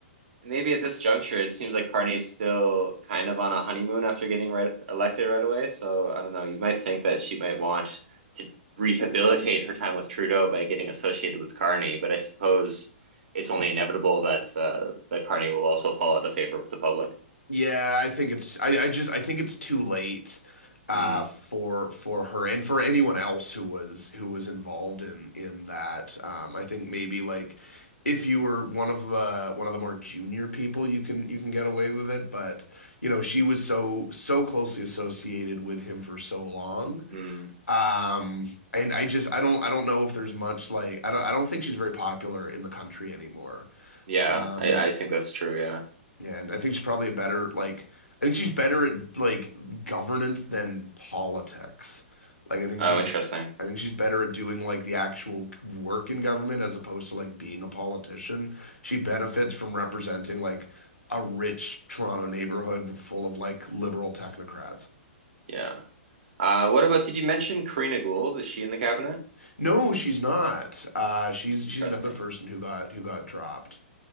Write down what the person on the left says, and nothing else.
Yeah, I think it's I, I just I think it's too late uh
for for her and for anyone else who was who was involved in in that. Um I think maybe like if you were one of the one of the more junior people you can you can get away with it, but you know, she was so so closely associated with him for so long.
Um and I just I don't I don't know if there's much like I don't I don't think she's very popular in the country anymore.
Um
yeah, and I think she's probably a better like I think she's better at like governance than politics. Like I think
she's
I think she's better at doing like the actual work in government as opposed to like being a politician. She benefits from representing like a rich Toronto neighborhood full of like liberal technocrats.
No, she's not. Uh, she's she's
another person who got who got dropped.